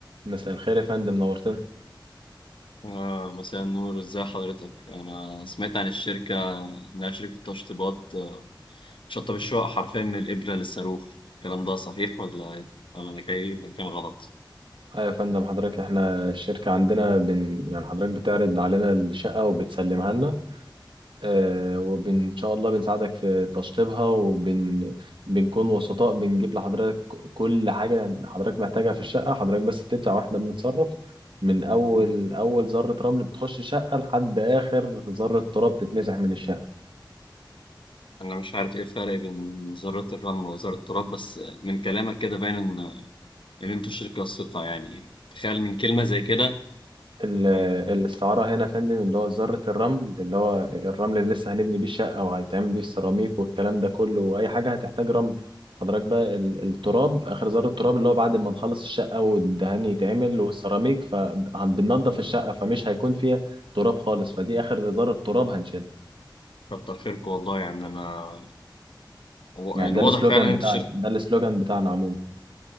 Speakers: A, on the right; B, on the left.
A: مساء الخير يا فندم نورتنا
B: آه، مساء النور ازاي حضرتك انا سمعت عن الشركه انها شركه تشطيبات آه، تشطب الشقق حرفيا من الابره للصاروخ الكلام ده صحيح ولا ايه؟ ولا انا جاي مكان غلط
A: اه يا فندم حضرتك احنا الشركة عندنا بن يعني حضرتك بتعرض علينا الشقة وبتسلمها لنا اه وبن ان شاء الله بنساعدك في تشطيبها وبن بنكون وسطاء بنجيب لحضرتك كل حاجة حضرتك محتاجها في الشقة حضرتك بس بتدفع واحنا بنتصرف من اول
B: مم.
A: اول ذرة رمل بتخش الشقة لحد اخر ذرة تراب تتمسح من الشقة
B: انا مش عارف ايه الفرق بين وزاره الرمل ووزاره التراب بس آه، من كلامك كده باين ان ان انتوا شركه ثقه يعني تخيل من كلمه زي كده
A: ال-
B: مم.
A: الاستعارة هنا يا فندم اللي هو ذرة الرمل اللي هو الرمل اللي لسه هنبني بيه الشقة وهيتعمل بيه السيراميك والكلام ده كله وأي حاجة هتحتاج رمل حضرتك بقى ال- التراب آخر ذرة تراب اللي هو بعد ما نخلص الشقة والدهان يتعمل والسيراميك فبننضف الشقة فمش هيكون فيها تراب خالص فدي آخر ذرة تراب هنشيلها
B: وكتر خيركم والله يعني انا و-
A: يعني
B: يعني
A: ده
B: واضح
A: السلوجان
B: فعلا ان انتوا
A: بتاعنا
B: شركه
A: ده السلوجان بتاعنا عموما